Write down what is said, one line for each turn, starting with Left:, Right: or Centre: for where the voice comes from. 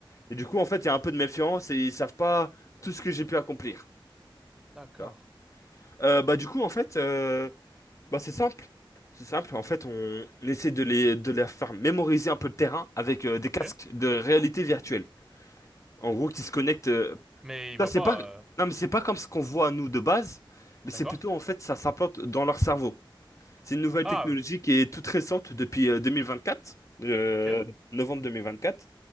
Left: Et du coup, en fait, il y a un peu de méfiance et ils savent pas tout ce que j'ai pu accomplir.
Centre: D'accord.
Left: Tu vois. Euh, bah, du coup, en fait, euh, bah, c'est simple. C'est simple. En fait, on, on essaie de les, de les faire mémoriser un peu le terrain avec euh, des
Centre: Ok.
Left: casques de réalité virtuelle. En gros, qui se connectent. euh,
Centre: Mais il
Left: Ça,
Centre: voit
Left: c'est
Centre: pas.
Left: pas,
Centre: euh,
Left: non, mais c'est pas comme ce qu'on voit nous de base, mais
Centre: D'accord.
Left: c'est plutôt en fait, ça s'implante dans leur cerveau. C'est une nouvelle
Centre: Ah,
Left: technologie
Centre: euh,
Left: qui est toute récente depuis euh, 2024, euh,
Centre: ok.
Left: novembre 2024,